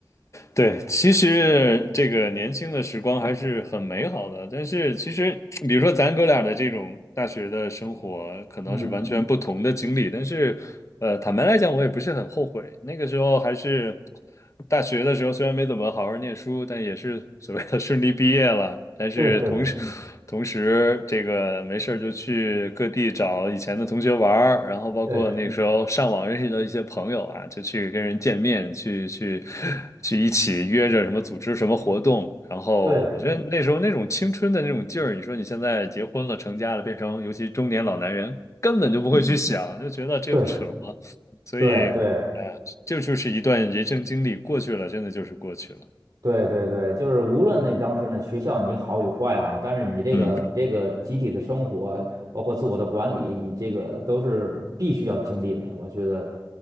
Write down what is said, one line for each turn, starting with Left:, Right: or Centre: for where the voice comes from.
Left: 对，其实这个年轻的时光还是很美好的，但是其实，比如说咱哥俩的这种大学的生活，可能是完全不同的经历，
Right: 嗯，
Left: 但是，呃，坦白来讲，我也不是很后悔。那个时候还是大学的时候，虽然没怎么好好念书，但也是所谓的顺利毕业了。但是同时，
Right: 是是是，
Left: 嗯同时，这个没事儿就去各地找以前的同学玩儿，然后包括那时候上网认识的一些朋友啊，
Right: 对
Left: 就去跟人见面，去去去一起约着什么组织什么活动。然后我觉得嗯那时候那种青春的那种劲儿，
Right: 对
Left: 你说你现在结婚了、成家了，变成尤其中年老男人，根本就不会去想，就觉得这不扯嘛。
Right: 对
Left: 所以，
Right: 对对
Left: 哎呀，这就是一段人生经历，过去了，真的就是过去了。
Right: 对对对，就是无论那当时那学校你好与坏啊，但是你这个你这个集体的生活，
Left: 嗯。
Right: 包括自我的管理，你这个都是必须要经历的。我觉得